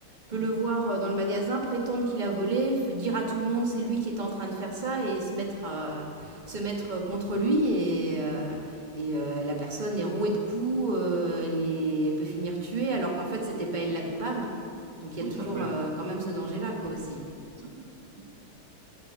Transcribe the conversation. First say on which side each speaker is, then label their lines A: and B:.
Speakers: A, on the right (about 25°); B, on the right (about 50°).
A: peut
B: Hmm.
A: le voir euh, dans le magasin, prétendre qu'il a volé, dire à tout le monde c'est lui qui est en train de faire ça et se mettre à- se mettre euh, contre lui et euh, et euh, la personne est rouée de coups, euh, elle, est- elle peut finir tuée alors qu'en fait c'était pas elle la coupable. Donc il
B: Oui,
A: y a toujours
B: ça peut être,
A: euh, quand même ce danger là quoi aussi.
B: ça peut être un règlement,